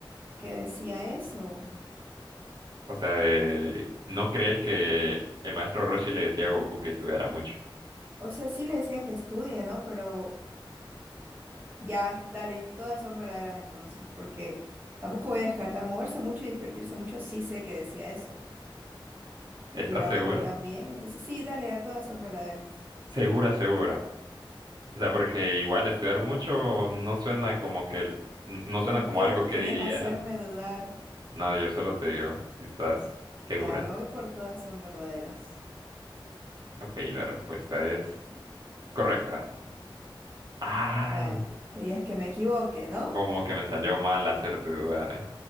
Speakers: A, on the right; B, on the right.
A: que decía eso.
B: O sea, de, ¿no crees que el maestro Roshi le decía a Goku que estudiara mucho?
A: O sea, sí le decía que estudie, ¿no? Pero ya, dale, todas son verdaderas entonces, porque tampoco voy a descartar moverse mucho y divertirse mucho, sí sé que decía eso.
B: ¿Estás
A: Y la
B: segura?
A: otra también. Entonces, sí, dale, a todas son verdaderas.
B: Segura, segura. O sea, porque igual estudiar mucho no suena como que, no
A: ¿Por
B: suena como
A: qué
B: algo que
A: querés
B: diría,
A: hacerme dudar?
B: no, yo solo te digo, si ¿estás segura?
A: Ya me voy por todas son verdaderas.
B: Ok, la respuesta es correcta. Ay,
A: Ah, querías que me equivoque, ¿no?
B: como que me salió mal hacerte dudar, ¿eh?